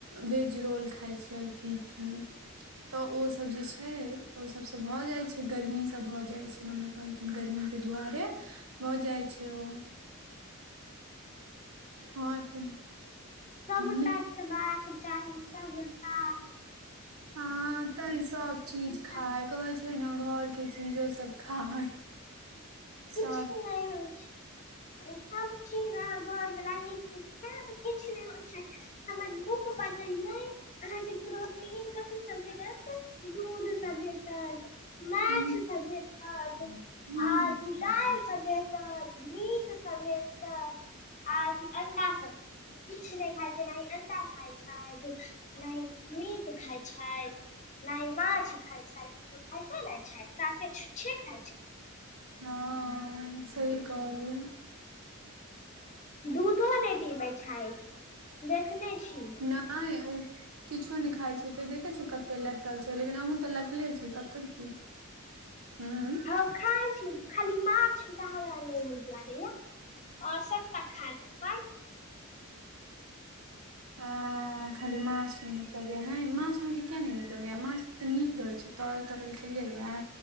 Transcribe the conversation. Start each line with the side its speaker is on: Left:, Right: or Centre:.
Right: वेज रोल खाय छैय। <unintelligible> तऽ ओसभ जे छैय ओ सभसँ भऽ जाय छैय गर्मीसँ भऽ जाय छैय मम्मी कहलखिन गर्मी के दुआरे भऽ जाइ छैय ओ। हँ तऽ
Left: सभटा
Right: नहि
Left: खेबाक चाही सभटा।
Right: हँ तनी सब चीज खाय
Left: सब
Right: कहै छैयने घर के चीजो सब खाय
Left: किछु
Right: सब
Left: नहि है छैय। सब चीज ने घरवाल नीक नीक खाएब किछु नहि होइ छैय। हमर बुक पढ़लिय अहाँके प्रोटीन कथी सबके दूध सब भेंटत, माछ
Right: हुं
Left: सब भेंटत,
Right: हुं
Left: आर दायल सब भेंटत, मीट सब भें टत, आर अंडासब इ नहि खाइ छैय नहि अ खाइत छथि नहि मीट खाइत छथि नहि माछ खाइत छथि। खाइते ने छैय साफे छुछे खाइ छैय।
Right: हँ सही कहलये।
Left: दूधो नहि पीबै छैय देखने छी।
Right: नहाय ये ओ। किछो नहि खाइत छैय तऽ देखै छियै कते लेटल छैय लेकिन अहूँ तऽ लेटले छी तकर की। हू।
Left: हम खाइ छी खाली माछ तऽ हमरा नहि नीक लागैया। आओर सबटा खा लेबन
Right: अं खाली माछ नहि निक लगै ये नहि माछ अहाँक किया नहि निक लगै ये माछ तऽ नीक रहैत छैय तरल-तरल खेलियैए?